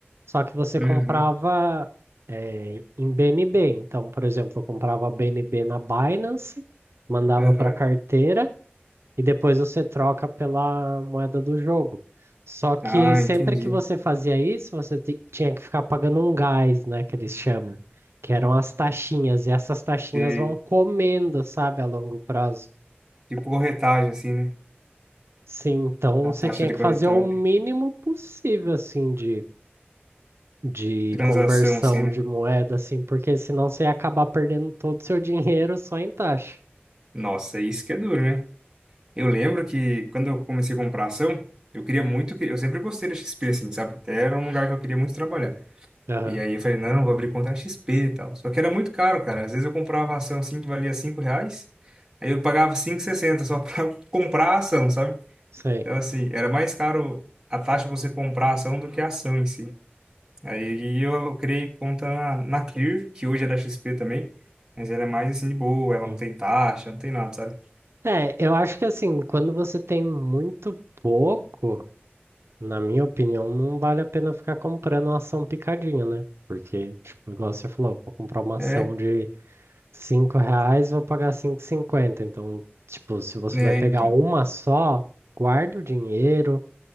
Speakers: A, on the right; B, on the right.
A: só que você
B: uhum,
A: comprava eh, em BNB. Então, por exemplo, eu comprava BNB na Binance, mandava
B: uhum.
A: para a carteira e depois você troca pela moeda do jogo. Só que
B: Ah,
A: sempre
B: entendi.
A: que você fazia isso, você ti- tinha que ficar pagando um gás, né, que eles chamam, que eram as taxinhas, e essas taxinhas
B: Sei.
A: vão comendo, sabe, a longo prazo.
B: Tipo corretagem, assim, né?
A: Sim, então
B: A
A: você
B: taxa
A: tinha
B: de
A: que fazer
B: corretagem.
A: o mínimo possível, assim, de, de
B: Transação,
A: conversão
B: assim, né?
A: de moeda, assim, porque senão você ia acabar perdendo todo o seu <laughs> dinheiro só em taxa.
B: Nossa, isso que é duro, né? Eu lembro que quando eu comecei a comprar ação, eu queria muito, que- eu sempre gostei da XP, assim, sabe? Até era um lugar que eu queria muito trabalhar.
A: Aham,
B: E aí eu falei, não, vou abrir conta na XP e tal. Só que era muito caro, cara. Às vezes eu comprava ação assim que valia 5 reais, aí eu pagava cinco e sessenta só pra <laughs> comprar a ação, sabe?
A: sei.
B: Então, assim, era mais caro a taxa de você comprar a ação do que a ação em si. Aí eu criei conta na, na Clear, que hoje é da XP também, mas ela é mais assim de boa, ela
A: sim.
B: não tem taxa, não tem nada, sabe?
A: É, eu acho que assim, quando você tem muito pouco, Na minha opinião, não vale a pena ficar comprando uma ação picadinha, né? Porque, tipo, igual você falou, vou comprar uma ação
B: É,
A: de 5 reais, vou pagar cinco e cinquenta Então, tipo, se você
B: né,
A: vai pegar
B: então.
A: uma só, guarda o dinheiro,